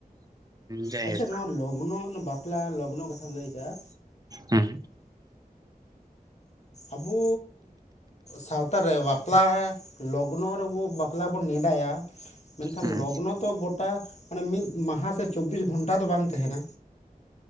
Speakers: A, on the right; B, on the left.
A: ᱡᱟᱭᱦᱳᱠ
B: ᱟᱪᱪᱷᱟ ᱱᱚᱣᱟ ᱞᱚᱜᱱᱚ ᱵᱟᱯᱞᱟ <unintelligible> ᱞᱚᱜᱱᱚ ᱠᱟᱛᱷᱟᱢ ᱞᱟᱹᱭ ᱠᱮᱜᱟ
A: ᱦᱩᱸ
B: ᱟᱵᱩᱼ ᱥᱟᱶᱛᱟ ᱨᱮ ᱵᱟᱯᱞᱟ ᱞᱚᱜᱱᱚ ᱨᱮᱵᱚ ᱵᱟᱯᱞᱟ ᱵᱚ ᱱᱮᱰᱟᱭᱟ ᱢᱮᱱᱠᱷᱟᱱ
A: ᱦᱩᱸ
B: ᱞᱚᱜᱱᱚ ᱛᱚ ᱜᱚᱴᱟ ᱢᱟᱱᱮ ᱢᱤᱫ ᱢᱟᱦᱟ ᱥᱮ ᱪᱚᱵᱵᱤᱥ ᱜᱷᱚᱱᱴᱟ ᱫᱚ ᱵᱟᱝ ᱛᱟᱦᱮᱱᱟ